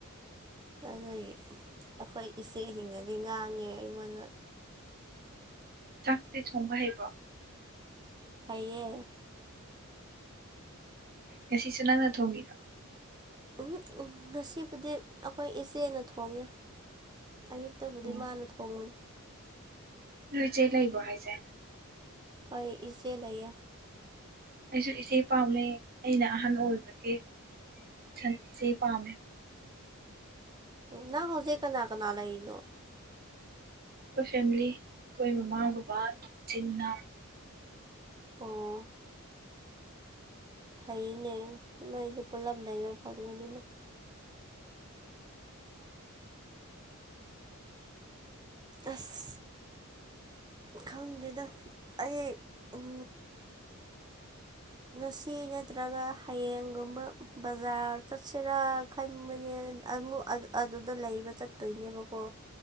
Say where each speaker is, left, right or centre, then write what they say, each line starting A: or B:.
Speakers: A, on the right; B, on the right.
A: ꯑꯗꯨꯒꯤ ꯑꯩꯈꯣꯏ ꯏꯆꯦꯁꯤꯡꯗꯗꯤ ꯉꯥꯡꯉꯦ ꯑꯩꯉꯣꯟꯗ
B: ꯆꯥꯛꯇꯤ ꯊꯣꯡꯕ ꯍꯩꯕ꯭ꯔꯣ
A: ꯍꯩꯌꯦ
B: ꯉꯁꯤꯁꯨ ꯅꯪꯅ ꯊꯣꯡꯉꯤꯔꯣ
A: ꯎꯝ ꯎ ꯉꯁꯤꯕꯨꯗꯤ ꯑꯩꯈꯣꯏ ꯏꯆꯦꯅ ꯊꯣꯡꯉꯦ ꯑꯌꯨꯛꯇꯕꯨꯗꯤ
B: ꯑꯣ
A: ꯃꯥꯅ ꯊꯣꯡꯕꯅꯤ
B: ꯅꯣꯏ ꯆꯦ ꯂꯩꯕ꯭ꯔꯣ ꯍꯥꯏꯖꯦ
A: ꯍꯣꯏ ꯏꯆꯦ ꯂꯩꯌꯦ
B: ꯑꯩꯁꯨ ꯏꯆꯦ ꯄꯥꯝꯃꯦ ꯑꯩꯅ ꯑꯍꯟ ꯑꯣꯏꯕꯒꯤ <unintelligible> ꯏꯆꯦ ꯄꯥꯝꯃꯦ
A: ꯎꯝ ꯅꯪ ꯍꯧꯖꯤꯛ ꯀꯅꯥ ꯀꯅꯥ ꯂꯩꯔꯤꯅꯣ
B: ꯑꯩꯈꯣꯏ ꯐꯦꯃꯤꯂꯤ ꯑꯩꯈꯣꯏ ꯃꯃꯥ ꯕꯕꯥ ꯏꯆꯤꯟ ꯏꯅꯥꯎ
A: ꯑꯣ ꯐꯩꯅꯦ ꯅꯣꯏꯗꯤ ꯄꯨꯂꯞ ꯂꯩꯕ ꯐꯪꯕꯅꯤꯅ ꯑꯁ ꯈꯪꯗꯦꯗ ꯑꯩ ꯎꯝ
B: <inaudible>
A: ꯉꯁꯤ ꯅꯠꯇ꯭ꯔꯒ ꯍꯌꯦꯡꯒꯨꯝꯕ ꯕꯖꯥꯔ ꯆꯠꯁꯤꯔꯥ ꯈꯟꯕꯅꯦ ꯑꯃꯨꯛ ꯑꯗꯨꯗ ꯂꯩꯕ ꯆꯠꯇꯣꯏꯅꯦꯕꯀꯣ